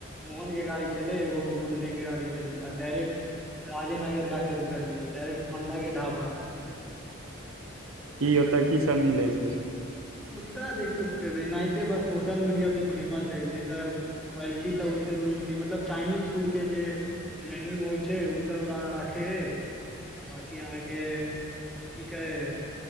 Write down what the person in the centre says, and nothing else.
मोहन के गाड़ी छलै एगो गुडने के गाड़ी छलै आ डायरेक्ट राजेनगर जाक' रुक लियै डायरेक्ट पांडा के ढाबा
ओ तऽ देखियौे एनहिते बस सोशल मीडिया पे फेमस है नहि तऽ क्वाय लटि तऽ ओते नीक नहि मतलब चाइनीज फूड के जे मेन्यू होइ छै उ सब राखे अछि आ बांकी अहांके ठीक अय